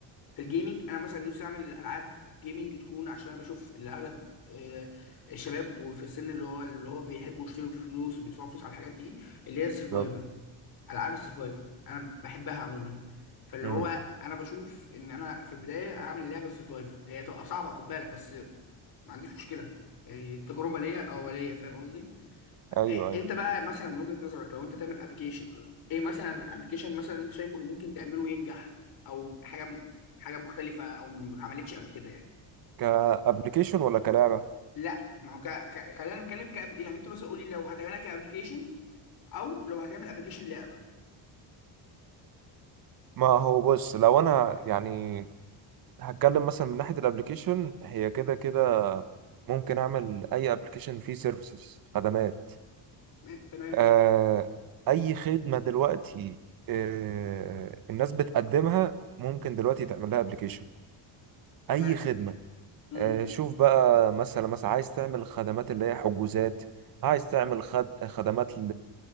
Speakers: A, on the left; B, on the right.
A: في الجيمنج انا مثلا نفسي اعمل العاب جيمنج تكون عشان انا بشوف اللي اغلب آه، الشباب وفي السن اللي هو اللي هو بيحبوا يشتروا فلوس وبيدفعوا فلوس على الحاجات دي اللي هي السرفايفل
B: بالظبط
A: العاب السرفايفر انا بحبها عموما فاللي
B: مم.
A: هو انا بشوف ان انا في البدايه هعمل لعبه سرفايفر هي تبقى صعبه خد بالك بس ما عنديش مشكله يعني تجربه ليا اوليه فاهم قصدي
B: أيوه
A: إيه
B: أيوه
A: انت بقى مثلا من وجهه نظرك لو انت تعمل ابلكيشن ايه مثلا ابلكيشن مثلا انت شايفه اللي ممكن تعمله ينجح او حاجه حاجه مختلفه او ما اتعملتش قبل كده يعني
B: كأبليكيشن ولا كلعبة
A: لا ما هو ك... ك... خلينا نتكلم كابل يعني انت مثلا قول لي لو هتعملها كابلكيشن او لو هتعمل ابلكيشن لعبه
B: ما هو بص لو أنا يعني هتكلم مثلا من ناحية الابليكيشن هي كده كده ممكن أعمل أي ابليكيشن فيه سيرفيسز خدمات
A: تمام تمام
B: آه، أي خدمة دلوقتي آه، الناس بتقدمها ممكن دلوقتي تعمل لها ابلكيشن
A: تمام
B: أي خدمة
A: امم
B: آه، شوف بقى مثلا مثلا عايز تعمل خدمات اللي هي حجوزات عايز تعمل خد... خدمات ل...